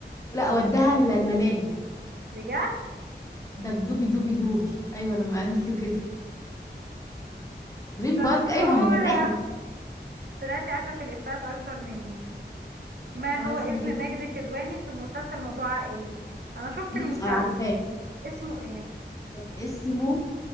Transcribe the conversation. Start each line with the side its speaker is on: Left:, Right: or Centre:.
Left: لا ودها ال- الملاهي
Right: بجد
Left: ده بدوبي دوبي دوبي ايوه لما قالت له كده دريم
Right: شطوره
Left: بارك ايوه ما هي الملاهي
Right: طلعتي عارفه في الافيهات اكتر مني ما هو
Left: هو اسمها
Right: اسم
Left: كده
Right: ماجد الكدواني في مسلسل موضوع عائلي انا شفت
Left: أمم،
Right: المسلسل
Left: انا عارفاه
Right: اسمه ايه
Left: كان اسمه